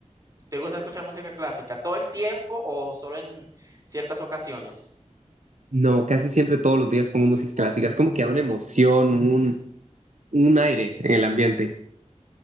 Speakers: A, on the right; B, on the right.
A: ¿Te gusta escuchar música clásica todo el tiempo o solo en ciertas ocasiones?
B: No, casi siempre todos los días pongo música clásica. Es como que da una emoción, un, un aire en el ambiente.